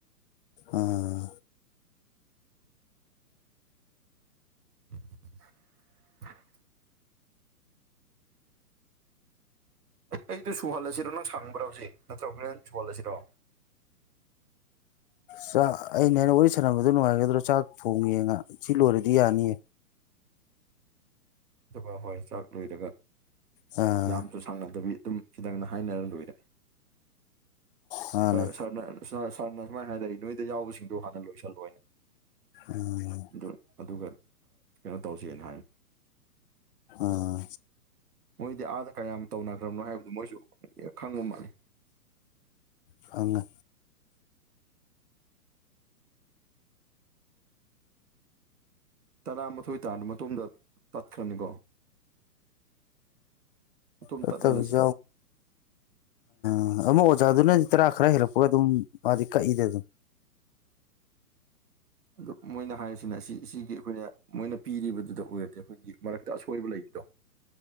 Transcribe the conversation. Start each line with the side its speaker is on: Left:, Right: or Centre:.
Left: ꯑꯥ
Right: <inaudible> ꯑꯩ ꯑꯩꯗꯣ ꯁꯨꯍꯜꯂꯁꯤꯔꯣ ꯅꯪ ꯁꯪꯕ꯭ꯔꯥ ꯍꯧꯖꯤꯦ ꯅꯠꯇ꯭ꯔꯕ ꯅꯪ ꯁꯨꯍꯜꯂꯁꯤꯔꯣ
Left: ꯆꯥꯛ ꯑꯩꯅ ꯋꯥꯔꯤ ꯁꯥꯟꯝꯕꯗꯣ ꯅꯨꯡꯉꯥꯏꯒꯗ꯭ꯔꯣ ꯆꯥꯛ ꯊꯣꯡꯉꯡꯉꯦ ꯁꯤ ꯂꯣꯏꯔꯗꯤ ꯌꯥꯅꯤꯌꯦ
Right: ꯑꯗꯨꯒ ꯍꯣꯏ ꯆꯥꯛ ꯂꯣꯏꯔꯒ
Left: ꯑꯥ
Right: ꯌꯥꯝ ꯐꯪꯅꯗꯕꯤ ꯑꯗꯨꯝ ꯈꯤꯇꯪꯪ ꯍꯥꯏꯅꯔ ꯂꯣꯏꯔꯦ
Left: ꯃꯥꯅꯦ
Right: ꯁꯥꯔ ꯁꯥꯔꯅ ꯁꯔ ꯁꯔꯅ ꯁꯨꯃꯥꯏꯅ ꯍꯥꯏꯔꯦ ꯅꯣꯏꯗ ꯌꯥꯎꯕꯁꯤꯡꯗꯣ ꯍꯥꯟꯅ ꯂꯣꯏꯁꯤꯜꯂꯣꯏꯅ
Left: ꯎꯝ
Right: ꯑꯗꯨ ꯑꯗꯨꯒ ꯀꯩꯅꯣ ꯇꯧꯁꯦꯅ ꯍꯥꯏꯝꯅꯤ
Left: ꯑꯥ
Right: ꯃꯣꯏꯗꯤ ꯑꯥꯗ ꯀꯌꯥꯝ ꯇꯧꯅꯈ꯭ꯔꯕꯅꯣ ꯍꯥꯏꯕꯗꯨ ꯃꯣꯏꯁꯨ ꯈꯪꯕ ꯃꯥꯜꯂꯦ
Left: ꯈꯪꯉꯦ
Right: ꯇꯔꯥꯃꯥꯊꯣꯏ ꯇꯥꯔꯕ ꯃꯇꯨꯡꯗ ꯇꯠꯈ꯭ꯔꯅꯤꯀꯣ ꯃꯇꯨꯝ
Left: ꯐꯠꯇꯕꯁꯨ
Right: ꯇꯠꯍꯜꯂꯁꯤ
Left: ꯎꯝ ꯑꯃ ꯑꯣꯖꯥꯗꯨꯅꯗꯤ ꯇꯔꯥ ꯈꯔ ꯍꯦꯜꯂꯛꯄꯒ ꯑꯗꯨꯝ ꯃꯥꯗꯤ ꯀꯛꯏꯗ ꯑꯗꯨꯝ
Right: ꯑꯗꯨ ꯃꯣꯏꯅ ꯍꯥꯏꯔꯤꯁꯤꯅ ꯁꯤ ꯁꯤꯒꯤ ꯑꯩꯈꯣꯏꯅ ꯃꯣꯏꯅ ꯄꯤꯔꯤꯕꯗꯨꯗ ꯑꯣꯏꯔꯗꯤ ꯑꯩꯈꯣꯏꯒꯤ ꯃꯔꯛꯇ ꯑꯁꯣꯏꯕ ꯂꯩꯕꯗꯣ